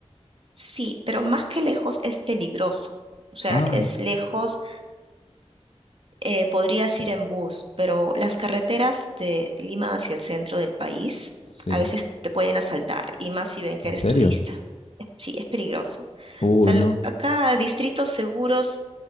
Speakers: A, on the right (about 55°); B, on the left (about 65°).
A: sí, pero más que lejos es peligroso. O sea,
B: Ah,
A: es lejos eh, podrías ir en bus, pero las carreteras de Lima hacia el centro del país
B: sí.
A: a veces te pueden asaltar, y más si ven que
B: ¿En
A: eres
B: serio?
A: turista. Es- Sí, es peligroso. O
B: Uy,
A: sea,
B: no.
A: el- acá distritos seguros